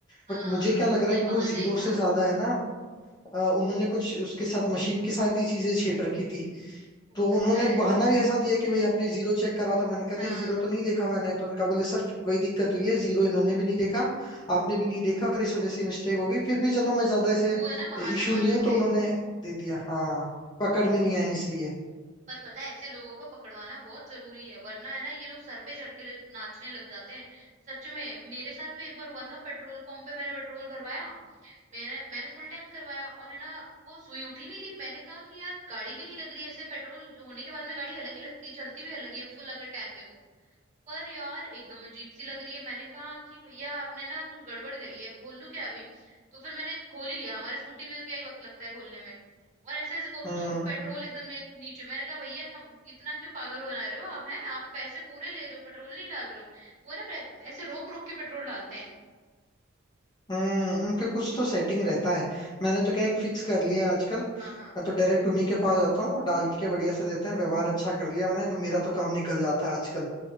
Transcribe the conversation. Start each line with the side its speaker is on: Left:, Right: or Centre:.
Right: हाँ
Left: बट मुझे क्या लग रहा
Right: ये
Left: है कि
Right: बहाना
Left: वो जीरो
Right: ही था
Left: से ज्यादा है ना अ, उन्होंने कुछ उसके साथ मशीन के साथ ही चीजें छेड़ रखी थी
Right: हो
Left: तो
Right: सकता
Left: उन्होंने
Right: है
Left: बहाना भी ऐसा दिया कि भाई आपने जीरो चेक करा था मैंने कहा
Right: हाँ
Left: नहीं जीरो तो नहीं देखा मैंने तो उनका बोले सर फिर वही दिक्कत हुई है जीरो इन्होंने भी नहीं देखा आपने भी नहीं देखा और इस वजह से मिस्टेक हो गई फिर भी चलो मैं ज्यादा ऐसे
Right: वो है ना बहाना
Left: इशू
Right: मार
Left: नहीं
Right: रहे
Left: हूं
Right: थे
Left: तो उन्होंने दे दिया हाँ पकड़ में नहीं आया इसलिए
Right: पर पता है ऐसे लोगों को पकड़वाना बहुत जरूरी है वरना है ना ये लोग सर पे चढ़ के ले- नाचने लग जाते हैं सच में मेरे साथ भी एक बार हुआ था पेट्रोल पंप पे मैंने पेट्रोल भरवाया मेरा मैंने फुल टैंक करवाया और है ना वो सुई उठ ही नहीं रही मैंने कहा कि यार गाड़ी भी नहीं लग रही है ऐसे पेट्रोल जो होने के बाद में गाड़ी अलग ही लगती है चलती भी अलग ही है फुल अगर टैंक है तो पर यार एकदम अजीब सी लग रही है मैंने कहा कि भैया आपने ना कुछ गड़बड़ करी है खोल लूं क्या अभी तो फिर मैंने खोल ही लिया हमारे स्कूटी में तो क्या ही वक्त लगता है खोलने में और ऐसे ऐसे करूँ
Left: हम्म
Right: तो पेट्रोल एकदम ने- नीचे मैंने कहा भैया कम, इतना क्यों पागल बना रहे हो आप हैं आप पैसे पूरे ले रहे हो पेट्रोल नहीं डाल रहे हो वो है ना पे- ऐसे रोक रोक के पेट्रोल डालते हैं
Left: हम्म उनके कुछ तो सेटिंग रहता है मैंने तो क्या एक फिक्स कर लिया है आजकल मैं
Right: हाँ हाँ
Left: तो डायरेक्ट उन्हीं के पास जाता हूँ वो डाल के बढ़िया से देते हैं व्यवहार अच्छा कर लिया मैंने तो मेरा तो काम निकल जाता है आजकल